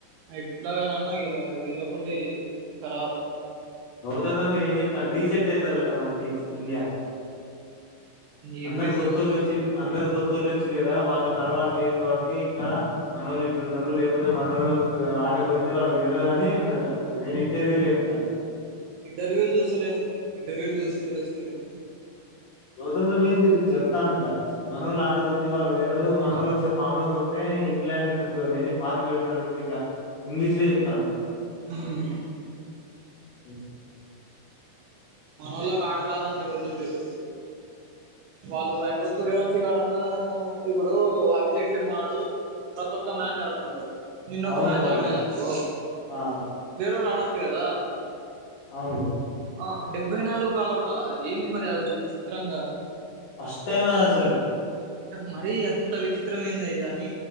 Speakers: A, on the right; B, on the left.
A: ఎట్లానన్నా గెలవాల గెలవకుంటే కరాబ్
B: గౌతమ్ గ మీరు ఏం చెప్తారు రీసెట్ అయితట మన టీం ఇండియా
A: ఏం
B: అందరు
A: రీసెట్
B: కోత్తోల్ వచిల్లు అందరు కొత్త తోలిచి లేరా వాళ్ళకి అలవాటు లేదు కాబట్టి ఇట్లా మనోల్ ఇట్లున్నారు లేకపోతే మనో లో ఆటో గురించి వాళ్ళకి తెలియదు అని ఏంటి ఇంటర్వ్యూ లే తాండూ
A: ఇంటర్వ్యూలు చూస్తలేను ఇంటర్వ్యూలు చూస్తే తెలుస్తాద్ కానీ
B: గౌతంగా మీరు చెప్తాండ్ ఇట్లా మనోళ్ ఆట గురించి వాళ్ళకి తెలియదు మనోలు ఒకసారి ఫామ్ లోకి వస్తే ఇంగ్లాండ్ <unintelligible> అదేంటి పాతి పెడతారు అనుకుంటే ఇట్లా ఇంగ్లీష్లో చెప్తాండూ
A: హ్మ్
B: హ్మ్
A: మనళ్ళకి ఆట రాదనీ ఎవరు చెప్పారు వాళ్ళు <unintelligible> మంచి వాడన్నా ఇప్పుడు అభిజేక్ శర్మ ఆడు ప్రతి ఒక్క మ్యాచ్ ఆడుతుండు నిన్న
B: అవును
A: ఒక మ్యాచ్
B: పాపం
A: ఆడలేద్ అనుకో
B: ఆ
A: వేరేడ్ ఆడచ్చు కదా
B: అవును
A: ఆ డెబ్బై నాలుగు కలవట ఏంది మరి అది విచిత్రంగా
B: ఫస్ట్ టైం అది అసలు
A: మరీ అంత విచిత్రమేయాంది కానీ